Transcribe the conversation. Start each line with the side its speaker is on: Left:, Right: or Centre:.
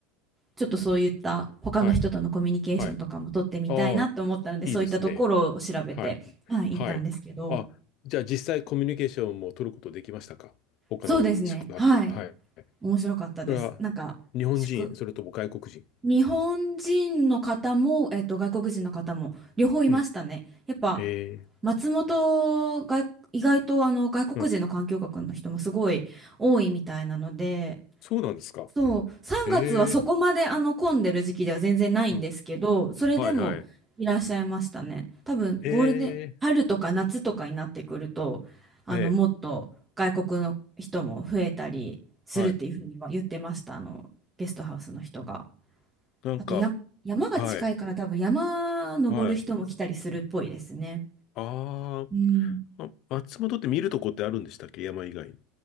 Right: ちょっとそういった他の人とのコミュニケーションとかも取ってみたいなと思ったのでそういったところを調べて、
Left: はい、はい、ああ、いいですね。はい、
Right: はい、
Left: はい。
Right: 行ったんですけど
Left: あ、じゃあ実際コミュニケーションも取ることできましたか他の宿泊。
Right: そうですねはい
Left: はい。
Right: 面白かったです。
Left: それは日本人、
Right: なんか宿
Left: それとも外国人。
Right: 日本人の方も、えっと、外国人の方も両方いましたね。
Left: うん
Right: やっぱ
Left: ええ、
Right: 松本が意外とあの外国人の環境学の人もすごい多いみたいなので、
Left: うん。そうなんですか。
Right: そう、3月はそこまであの混んでる時期では全然ないんですけど、
Left: ええ、うん。
Right: それでもいらっしゃいましたね。
Left: はいはい。
Right: 多分ゴールデン、
Left: ええ、
Right: 春とか夏とかになってくると、あのもっと外国の人も増えたりするっていうふうには言ってました、
Left: ええ、はい。
Right: あのゲストハウスの人が。
Left: なんか、
Right: あとや、山が近いから多分山登る人も来たりするっぽいですね。
Left: はい、はい。あー
Right: うん
Left: あ、松本って見るとこってあるんでしたっけ山以外に。